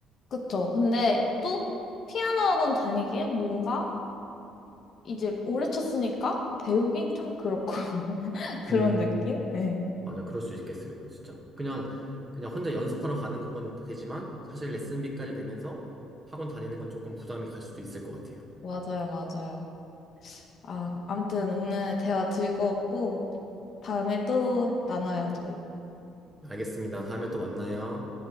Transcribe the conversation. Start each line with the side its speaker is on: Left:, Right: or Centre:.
Left: 그쵸. 근데 또 피아노 학원 다니기엔 뭔가 이제 오래 쳤으니까 배우긴 좀 그렇고, <laughs> 그런
Right: 음,
Left: 느낌? 네.
Right: 맞아, 그럴 수 있겠어요, 진짜. 그냥, 그냥 혼자 연습하러 가는 건 되지만, 사실 레슨비까지 내면서 학원 다니는 건 조금 부담이 갈 수도 있을 것 같아요.
Left: 맞아요, 맞아요. 아, 아무튼 오늘 대화 즐거웠고, 다음에 또 나눠요, 저희.
Right: 알겠습니다. 다음에 또 만나요.